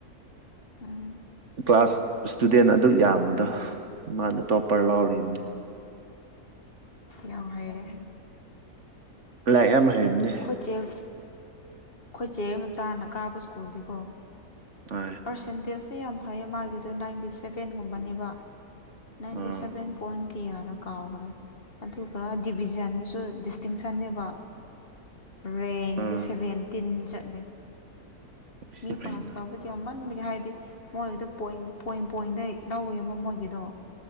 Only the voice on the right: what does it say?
ꯀ꯭ꯂꯥꯁ ꯏꯁꯇꯨꯗꯦꯟ ꯑꯗꯨ ꯌꯥꯝꯕꯗ ꯃꯥꯅ ꯇꯣꯄꯔ ꯂꯥꯎꯔꯤꯕꯅꯤ
ꯂꯥꯏꯔꯥꯛ ꯌꯥꯝ ꯍꯩꯕꯅꯦ
ꯍ
ꯑꯥ
ꯑꯥ
ꯁꯤ
ꯐꯩꯅ